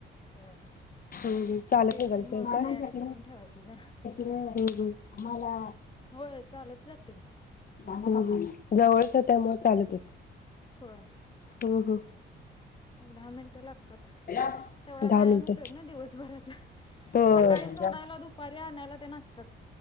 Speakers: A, on the left; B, on the left.
A: होय.
B: <unintelligible> हम हम.
A: मग
B: चालत
A: ते पीठ
B: निघाल्यास
A: तेल मळून तयारी करून ठेवायची जरा
B: व्हय? <unintelligible>
A: होय चालत जाते मी.
B: हंम्म हम्म जवळच त्यामुळं चालतच.
A: होय.
B: हह.
A: एक दहा मिनटं लागतात
B: दहा
A: तेवढा व्यायाम
B: मिनिट
A: होतोय ना दिवसभराचा.
B: होय
A: सकाळी सोडायला दुपारी आण <unintelligible> ते नसतात.